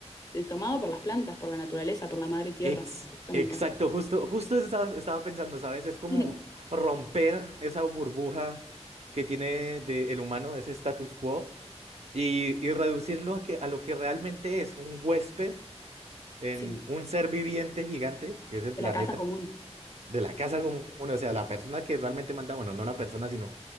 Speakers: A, on the left; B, on the right.
A: eh, tomado por las plantas, por la naturaleza, por la madre tierra.
B: Ex-
A: Esto
B: exacto,
A: me encanta.
B: justo, justo eso estaba, estaba pensando, ¿sabes? Es
A: <laughs>
B: como
A: Ujú,
B: romper esa burbuja que tiene de el humano, ese status quo, y, y reducirlo a, que, a lo que realmente es un huésped en
A: sí,
B: un ser viviente gigante, que es el
A: de
B: planeta,
A: la casa común.
B: de la casa común, o sea, la persona que realmente manda, bueno, no la persona, sino